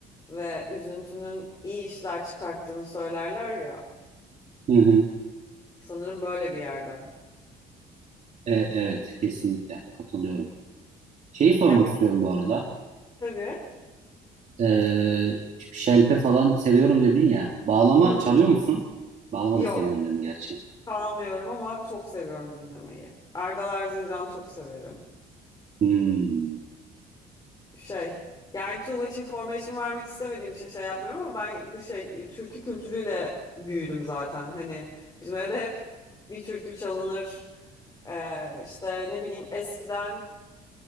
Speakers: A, on the left; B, on the right.
A: ve üzüntünün iyi işler çıkarttığını söylerler ya.
B: Hı hı.
A: Sanırım böyle bir yerden.
B: E, evet, kesinlikle katılıyorum. Şeyi sormak
A: Ya bir
B: istiyorum bu arada.
A: tabii
B: E, şelpe falan seviyorum dedin ya. Bağlama
A: Hı.
B: çalıyor musun? Bağlama
A: yok
B: da seviyorum dedin gerçi.
A: çalmıyorum ama çok seviyorum dinlemeyi. Erdal Erzincan'ı çok severim.
B: Hmm.
A: Şey yani too much information vermek istemediğim için şey yapmıyorum ama ben bu şey e, türkü kültürüyle büyüdüm zaten. Hani bizim evde hep bir türkü çalınır. Ee, işte ne bileyim eskiden